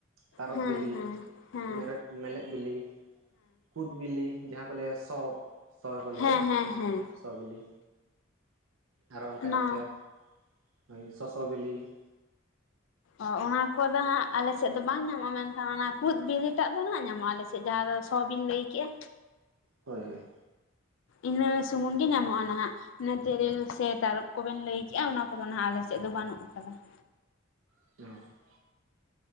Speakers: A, on the right (about 80°); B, on the left (about 65°).
A: ᱛᱟᱨᱚᱵᱽ
B: ᱦᱮᱸ
A: ᱵᱤᱞᱤ,
B: ᱦᱮᱸ ᱦᱮᱸ
A: ᱢᱮᱨᱮᱫ ᱢᱮᱞᱞᱮᱫ ᱵᱤᱞᱤ, ᱠᱩᱫ ᱵᱤᱞᱤ, ᱡᱟᱦᱟᱸ ᱠᱚ ᱞᱟᱹᱭᱟ ᱥᱚᱼᱼ ᱥᱚ ᱜᱮ ᱠᱚ ᱞᱟᱹᱭᱟ,
B: ᱦᱮᱸ ᱦᱮᱸ ᱦᱮᱸ ᱦᱮᱸ
A: ᱥᱚ ᱵᱤᱞᱤ, ᱟᱨᱚ ᱚᱱᱠᱟ
B: ᱚᱱᱟ
A: ᱧᱟᱢᱚᱜ ᱜᱮᱭᱟ, ᱦᱳᱭ ᱥᱚᱥᱚ ᱵᱤᱞᱤᱼᱼ
B: ᱚᱸ ᱚᱱᱟ ᱠᱚᱫᱚ ᱦᱟᱸᱜ ᱟᱞᱮᱥᱮᱫ ᱫᱚ ᱵᱟᱝ ᱧᱟᱢᱚᱜᱼᱟ ᱢᱮᱱᱠᱷᱟᱱ ᱚᱱᱟ ᱠᱩᱫ ᱵᱤᱞᱤ ᱴᱟᱜ ᱫᱚ ᱱᱟᱸᱜ ᱧᱟᱢᱚᱜᱼᱟ ᱟᱞᱮᱥᱮᱫᱼᱼ ᱡᱟᱦᱟᱸ ᱫᱚ ᱥᱚ ᱵᱤᱱ ᱞᱟᱹᱭ ᱠᱮᱼᱟ?
A: ᱦᱳᱭ ᱦᱳᱭ᱾
B: ᱤᱱᱟᱹ ᱥᱩᱢᱩᱝ ᱜᱮ ᱧᱟᱢᱚᱜᱼᱟ ᱱᱟᱦᱟᱜ ᱚᱱᱟ ᱛᱮᱹᱨᱮᱹᱞ ᱥᱮ ᱛᱟᱹᱨᱚᱵᱽ ᱠᱚ ᱵᱮᱱ ᱞᱟᱹᱭ ᱠᱮᱜᱼᱟ ᱚᱱᱟ ᱠᱚᱫᱚ ᱱᱟᱸᱜ ᱟᱞᱮ ᱥᱮᱫ ᱫᱚ ᱵᱟᱹᱱᱩᱜ ᱟᱠᱟᱫᱟ ᱾
A: <unintelligible>